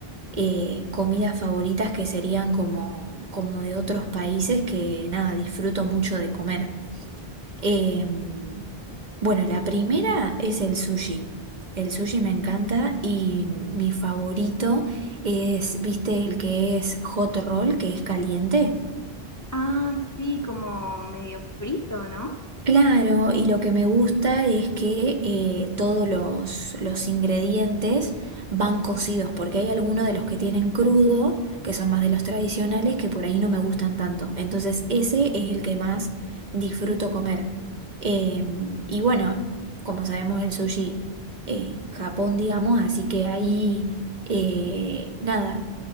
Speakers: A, on the right; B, on the left.
A: eh, comidas favoritas que serían como, como de otros países que nada, disfruto mucho de comer. Em, bueno, la primera es el sushi. El sushi me encanta y mi favorito es, ¿viste el que es hot roll, que es caliente?
B: Ah, sí, como medio frito, ¿no?
A: Claro, y lo que me gusta es que eh, todos los, los ingredientes van cocidos, porque hay algunos de los que tienen crudo, que son más de los tradicionales, que por ahí no me gustan tanto. Entonces ese es el que más disfruto comer. Eh, y bueno, como sabemos, el sushi, eh, Japón, digamos, así que ahí, eh, nada